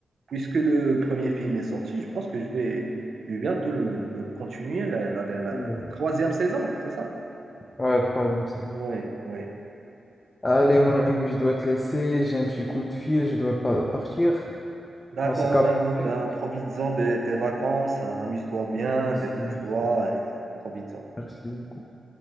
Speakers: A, on the right (about 60°); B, on the left (about 25°).
A: puisque le premier film est sorti, je pense que je vais, je vais bientôt le, le continuer, la, la- la- la
B: Oui, oui, oui.
A: troisième saison, c'est ça?
B: Ouais, troisième série.
A: Oui, oui.
B: Allez, mon ami, je dois te laisser, j'ai un petit coup de fil, je dois pa- partir.
A: D'accord,
B: On se capte.
A: mon ami,
B: après.
A: ben, profites-en de tes vacances, hein, amuse-toi bien,
B: Merci,
A: détresse-toi
B: merci,
A: et profites-en.
B: merci beaucoup.